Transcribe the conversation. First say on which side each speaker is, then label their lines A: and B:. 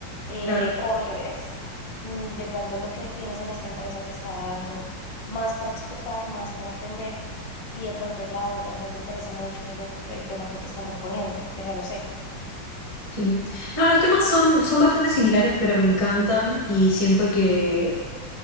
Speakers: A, on the left; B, on the left.
A: Eh,
B: claro.
A: o al revés, mm, de pronto lo que tienes en esta empresa te está dando más para explotar, más para aprender y de pronto la otra no te interesa mucho lo- el tema que te están proponiendo, que no lo sé.
B: Sí. No, los temas son, son bastante similares, pero me encantan y siento que,